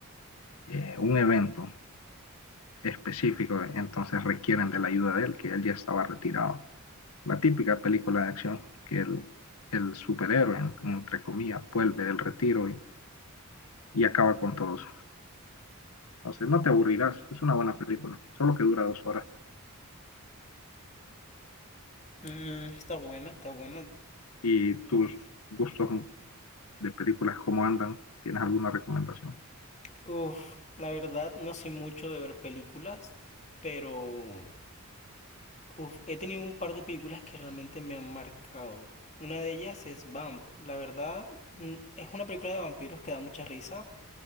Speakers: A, on the left; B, on the left.
A: eh, un evento específico, entonces requieren de la ayuda de él, que él ya estaba retirado. La típica película de acción que el, el superhéroe, entre comillas, vuelve del retiro y, y acaba con todos. Entonces no te aburrirás, es una buena película, solo que dura dos horas.
B: Mm, está buena, está buena.
A: ¿Y tus gustos de películas cómo andan? ¿Tienes alguna recomendación?
B: Uf, la verdad no soy mucho de ver películas, pero Uf, he tenido un par de películas que realmente me han marcado. Una de ellas es Vamp. La verdad, mm, es una película de vampiros que da mucha risa